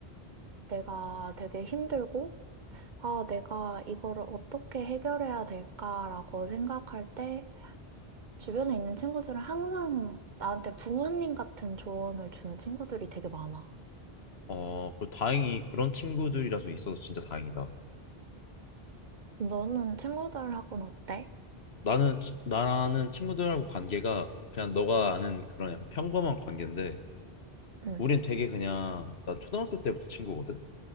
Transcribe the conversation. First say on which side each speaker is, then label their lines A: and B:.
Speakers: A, on the right (about 50°); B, on the left (about 80°).
A: 내가 되게 힘들고, 아, 내가 이거를 어떻게 해결해야 될까라고 생각할 때 주변에 있는 친구들은 항상 나한테 부모님 같은 조언을 주는 친구들이 되게 많아.
B: 어, 그리고 다행히 그런 친구들이라서 있어서 진짜 다행이다.
A: 너는 친구들하고는 어때?
B: 나는 치- 나는 친구들하고 관계가 그냥 너가 아는 그런 약간 평범한 관계인데
A: 응.
B: 우린 되게 그냥 나 초등학교 때부터 친구거든.